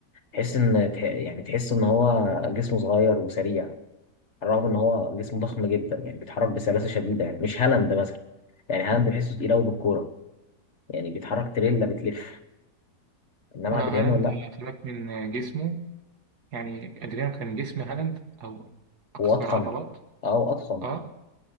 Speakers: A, on the left; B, on the right.
A: تحس ان تح- يعني تحس ان هو جسمه صغير وسريع رغم ان هو جسمه ضخم جدا يعني بيتحرك بسلاسه شديده يعني مش هالاند مثلا يعني هالاند بحسه تقيل قوي بالكوره يعني بيتحرك تريلا بتلف انما
B: اه
A: ادريانو
B: هالاند
A: لا
B: خلاك من جسمه يعني أدريانو كان جسم هالاند أو أكثر
A: هو اضخم
B: عضلات
A: او اضخم
B: اه